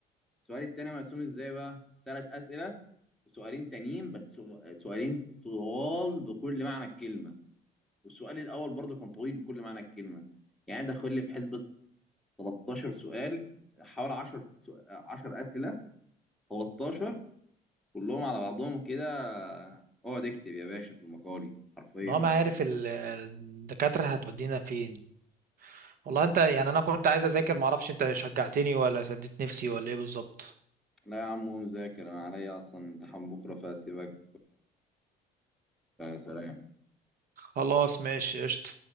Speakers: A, in the centre; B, on the right.
A: السؤال التاني مرسوم ازاي بقى ثلاث أسئلة وسؤالين تانيين بس سو- سؤالين طوال بكل معنى الكلمة والسؤال الأول برضه كان طويل بكل معنى الكلمة يعني دخل لي في حسبة 13 سؤال حوالي 10 10 أسئلة 13 كلهم على بعضهم كده اقعد اكتب يا باشا في المقالي حرفيا
B: اللي هو
A: والله
B: ما عارف ال- الدكاترة هتودينا فين والله انت يعني انا كنت عايز اذاكر معرفش انت شجعتني ولا سديت نفسي ولا ايه بالظبط
A: لا يا عم قوم ذاكر انا عليا اصلا امتحان بكره فسيبك آه، سلام
B: خلاص ماشي قشطة